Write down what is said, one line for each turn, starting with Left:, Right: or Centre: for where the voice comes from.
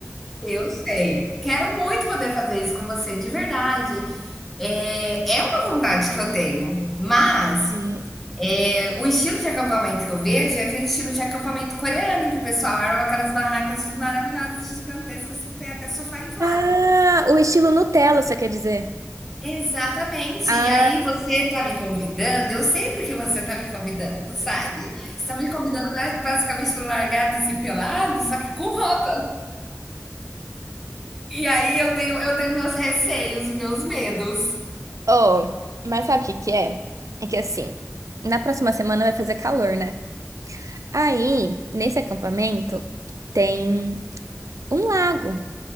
Centre: eu sei. Quero muito poder fazer isso com você, de verdade. É, é uma vontade que eu tenho, mas
Right: E-
Centre: é, o estilo de acampamento que eu vejo é aquele estilo de acampamento coreano, em que o pessoal arma aquelas barracas maravilhosas, gigantescas, que tem até sofá inflável.
Right: Ah, o estilo Nutella, você quer dizer?
Centre: Exatamente.
Right: Ah,
Centre: E aí você está me convidando, eu sempre que você está me convidando, sabe? Você está me convidando ba- basicamente para largados e pelados, só que com roupa. E aí eu tenho, eu tenho meus receios, meus medos.
Right: oh, mas sabe o que que é? É que assim, na próxima semana vai fazer calor, né? Aí, nesse acampamento, tem um lago.